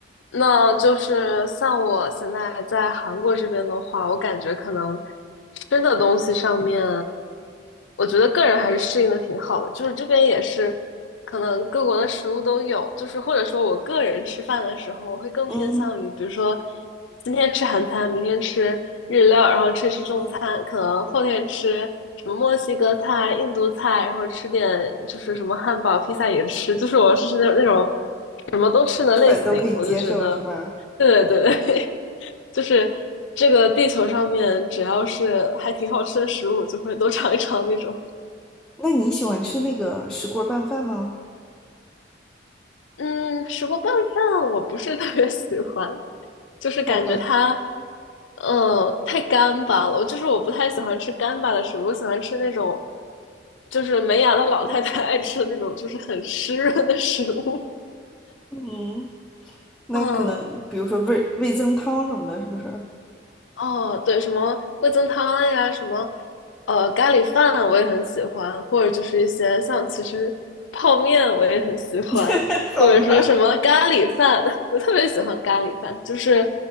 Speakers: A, on the left (about 75°); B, in the centre.
A: 那就是像我现在在韩国这边的话，我感觉可能吃的东西上面，我觉得个人还是适应的挺好的。就是这边也是，可能各国的食物都有。就是或者说我个人吃饭的时候，我会更偏向于，
B: 嗯
A: 比如说今天吃韩餐，明天吃日料，然后吃吃中餐，
B: 嗯，
A: 可能后天吃什么墨西哥菜、印度菜，然后吃点就是什么汉堡、披萨也吃。就是我是那那种。什么都吃的类型，
B: 基本都可以接受，
A: 我就觉得，
B: 是吧？
A: 对对对对 <laughs> 就是这个地球上面只要是还挺好吃的食物，就会都尝一尝那种。
B: 那你喜欢吃那个石锅拌饭吗？
A: 嗯，石锅拌饭我不是 <laughs> 特别喜欢，就是感觉它，
B: 好吧，
A: 嗯，太干巴了。我就是我不太喜欢吃干巴的食物，我喜欢吃那种，就是没牙的老太太 <laughs> 爱吃的那种，就是很湿润的食物。
B: 嗯。那可能比如说味味增汤什么的，
A: 嗯。
B: 是不是？
A: 哦，对，什么味增汤呀，什么呃咖喱饭，我也很喜欢，或者就是一些像其实泡面我也很喜欢，
B: <laughs>
A: 或者说什么咖喱饭，
B: 好吧，
A: <laughs> 我特别喜欢咖喱饭，就是